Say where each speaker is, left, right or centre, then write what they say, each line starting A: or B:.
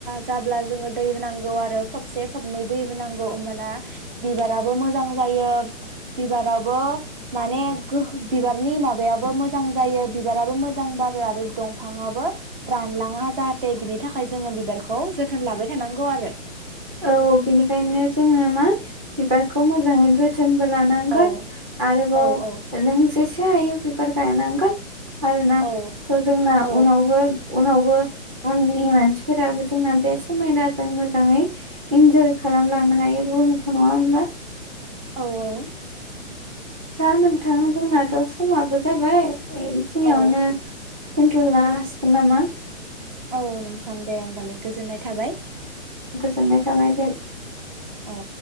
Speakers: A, on the right; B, on the right.
A: जाब्ला जोङो दै होनांगौ आरो खोबसे खोबनै दै होनांगौ ओमबाना बिबाराबो मोजां जायो बिबारावबो माने गोहो बिबारनि माबायाबो मोजां जायो बिबाराबो मोजां बारो आरो दंफाङाबबो रानलाङा जाहाथे बिनि थाखाय जोङो बिबारखौ जोथोन लाबाय थानांगौ आरो
B: औ बिनि खायनो जोङो मा बिबार खौ मोजांयै जो थोनबो लांगोन
A: औ
B: आरोबाव
A: औ औ
B: नों जेसे से हायो बिबार गायनांगोन आरोना
A: औ
B: थ जोंना
A: औ
B: उनावबो उनावबो उननि मानसिफोराबो जोंना बे समायनाजोंनो मोजाङै इन्जय खालामलांनो हायो बुहुमखौ नङा होमबा?
A: औ औ
B: दा नोंथां जोंनाथ समाबो जाबाय एखिनियावनो
A: औ
B: <unintelligible> हासिगोन नामा
A: औ नोंथां होबालाय गोजोननाय थाबाय
B: जोनाय थाबाय दे
A: दे